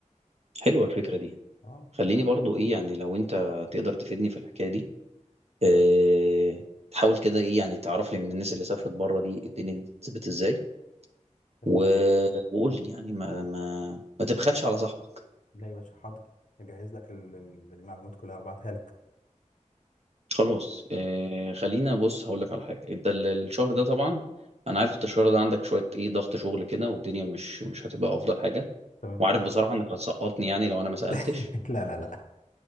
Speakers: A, on the right; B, on the left.
A: حلوه الفكره دي
B: اه
A: خليني برضو ايه يعني لو انت تقدر تفيدني في الحكايه دي آه، تحاول كده ايه يعني تعرف لي من الناس اللي سافرت بره دي الدنيا دي بتثبت ازاي
B: تمام
A: و... وقول لي يعني ما ما ما تبخلش على صاحبك
B: لا يا باشا حاضر اجهز لك ال- ال- المعلومات كلها وابعتها لك
A: خلاص آه خلينا بص هقول لك على حاجه انت ال- الشهر ده طبعا انا عارف انت الشهر ده عندك شويه ايه ضغط شغل كده والدنيا مش مش هتبقى افضل حاجه
B: تمام
A: وعارف بصراحه انك هتسقطني يعني لو انا ما سالتش
B: <laughs> لا لا لا